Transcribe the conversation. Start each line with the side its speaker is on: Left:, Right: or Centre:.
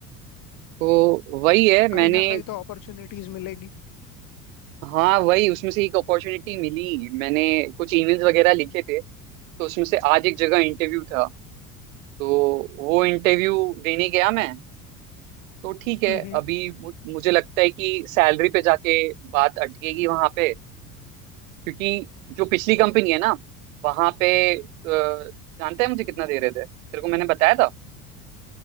Right: तो वही है
Left: कहीं
Right: मैंने
Left: ना कहीं तो अपॉर्चुनिटीज मिलेगी
Right: हाँ वही उसमें से एक अपॉर्चुनिटी मिली मैंने कुछ ईमेल्स वगैरह लिखे थे तो उसमें से आज एक जगह इंटरव्यू था तो वो इंटरव्यू देने गया मैं तो ठीक है
Left: हम्म
Right: अभी मु- मुझे लगता है कि सैलरी पे जाके बात अटकेगी वहां पे क्योंकि जो पिछली कंपनी है ना वहां पे अ, जानते हैं मुझे कितना दे रहे थे तेरे को मैंने बताया था